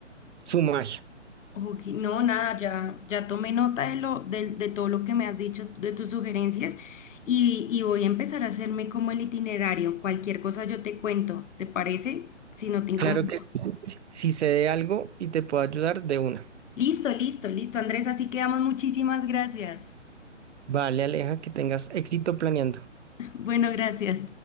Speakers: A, on the right; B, on the left.
A: su magia.
B: Ok, No, nada, ya, ya tomé nota de lo, de, de todo lo que me has dicho, de tus sugerencias, y, y voy a empezar a hacerme como el itinerario. Cualquier cosa yo te cuento, ¿te parece? Si no te incomoda.
A: Claro que si, si sé de algo y te puedo ayudar, de una.
B: Listo, listo, listo, Andrés, así quedamos. Muchísimas gracias.
A: Vale, Aleja, que tengas éxito planeando.
B: Bueno, gracias.